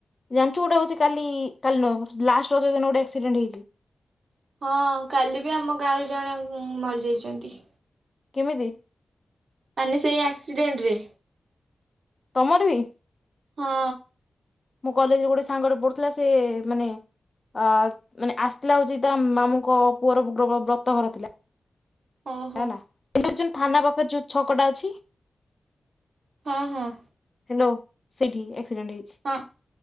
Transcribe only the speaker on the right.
ହଁ କାଲିବି ଆମ ଗାଁ ରୁ ଜଣେ ମରିଯାଇଚନ୍ତି।
ମାନେ ସେଇ ଆକ୍ସିଡେଣ୍ଟରେ।
ହଁ।
ଓହୋ
ହଁ ହଁ।
ହଁ